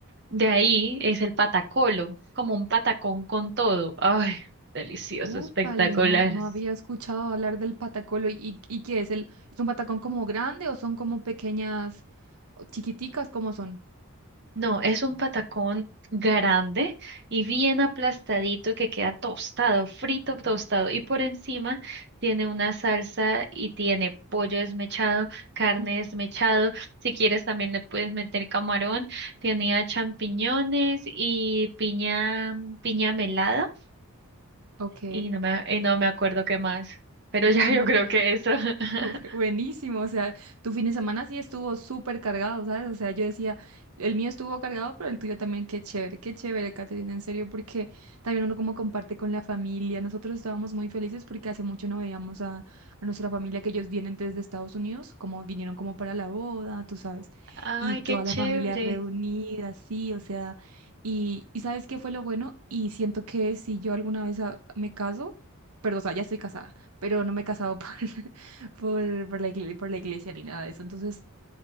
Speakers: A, on the right (about 50°); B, on the right (about 80°).
A: de ahí es el patacolo, como un patacón con todo. Ay, delicioso,
B: Úpale,
A: espectacular.
B: no, no había escuchado hablar del patacolo. ¿Y, y, y qué es el, es un patacón como grande o son como pequeñas, o chiquiticas, cómo son?
A: No, es un patacón grande y bien aplastadito que queda tostado, frito, tostado. Y por encima tiene una salsa y tiene pollo desmechado, carne
B: Uf,
A: desmechado. Si quieres también le puedes meter camarón. Tenía champiñones y piña, piña melada
B: Ok,
A: y no me, y no me acuerdo qué más. Pero
B: Uf,
A: <laughs> ya
B: no,
A: yo creo que eso. <laughs>
B: <laughs> Buenísimo, o sea, tu fin de semana sí estuvo súper cargado, ¿sabes? O sea, yo decía, el mío estuvo cargado, pero el tuyo también, qué chévere, qué chévere, Caterina, en serio, porque también uno como comparte con la familia. Nosotros estábamos muy felices porque hace mucho no veíamos a, a nuestra familia, que ellos vienen desde Estados Unidos, como vinieron como para la boda, tú sabes,
A: Ay,
B: y toda
A: qué chévere.
B: la familia reunida, sí, o sea, y, y ¿sabes qué fue lo bueno? Y siento que si yo alguna vez ah, me caso, perdón, o sea, ya estoy casada pero no me he casado por, <laughs> por, por la iglesia, por la iglesia ni nada de eso. Entonces,